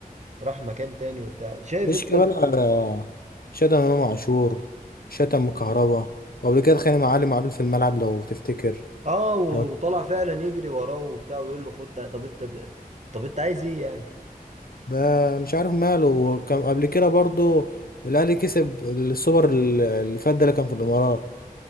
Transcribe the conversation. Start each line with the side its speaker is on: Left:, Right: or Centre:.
Right: راح مكان تاني وبتاع شايف
Left: مش
Right: انت
Left: كمان آه، شتم إمام عاشور شتم كهربا وقبل كده اتخانق مع علي معلول في الملعب لو تفتكر
Right: اه وطلع
Left: لو
Right: فعلا يجري وراه وبتاع ويقول له خد تا- طب انت ب... طب انت عايز ايه يعني
Left: ده مش عارف ماله وكان قبل كده برضو الاهلي كسب السوبر اللي فات ده اللي كان في الامارات